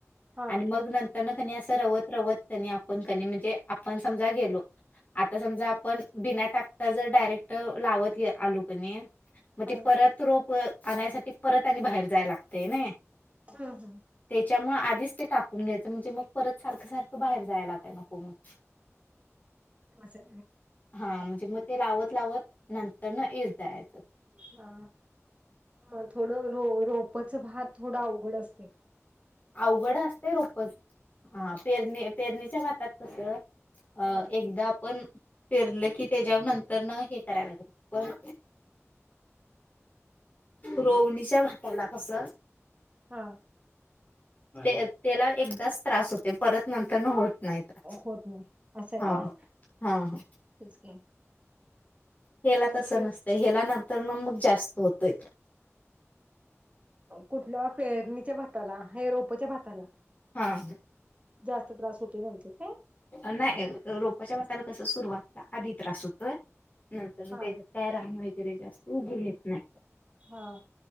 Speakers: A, on the right (about 25°); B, on the left (about 30°).
A: हा
B: आणि मग नंत त्यांना क नयी असं रवत रवत त्यांनी आपण कनी म्हणजे आपण समजा गेलो आता समजा आपण बिना टाकता जर डायरेक्ट लावत गे आलो कणी मग
A: हा
B: ते परत रोप आणायसाठी परत आणि बाहेर जाया लागतय नय.
A: हम्म हम्म
B: त्याच्यामुळ आधीच ते टाकून घ्यायचं, म्हणजे मग परत सारखं सारखं बाहेर जायाला लागाय नको म्हणून.
A: अस, अ
B: हा म्हणजे मग ते लावत-लावत नंतर ना येस जायाच.
A: हा मग थोडं रो रोपच भात थोडं अवघड असतय.
B: अवघड असतय रोपच, हा पेरणी पेरणीच्या भातात कस अ
A: हा
B: एकदा आपण, पेरलं की त्याच्या नंतर न हे कराय लागत, पण रोवनीच्या भाताला कस
A: हा
B: ते त्याला, एकदाच त्रास होते परत नंतर न होत नाही त्रास
A: होत नाही, असं आहे
B: हा.
A: काय,
B: हा हा
A: तेच की.
B: हेला
A: मग
B: तसं
A: तेच
B: नसतंय, हेला नंतर ना मग जास्त होतोय.
A: कुठल्या पेरणीच्या भाताला, हे रोपच्या भाताला
B: हा
A: जास्त त्रास होतोय, नंतर काय?
B: नाही रोपच्या भाताला कस सुरुवातीला आधी त्रास होतोय, नंतर
A: हा
B: त्याच्या काय रान वगैरे जास्त उगवून येत नाय,
A: हा